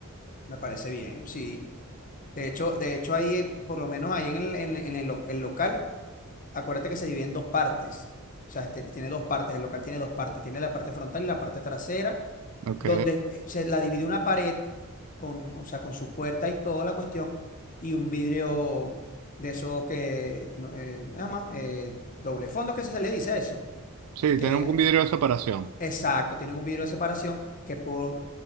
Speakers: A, on the left (about 35°); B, on the right (about 70°).
A: me parece bien, sí. De hecho, de hecho ahí, eh, por lo menos ahí en el, en, el- en el lo- el local, acuérdate que se divide en dos partes. O sea, este- tiene dos partes, el local tiene dos partes, tiene la parte frontal y la parte trasera
B: Ok.
A: donde eh, se la divide una pared con, o sea, con su puerta y toda la cuestión, y un vidrio de esos que, no, eh, nada más, eh, doble fondo, que se le dice a eso,
B: Sí,
A: que
B: tiene un un vidrio de separación.
A: Exacto, tienen un vidrio de separación que por,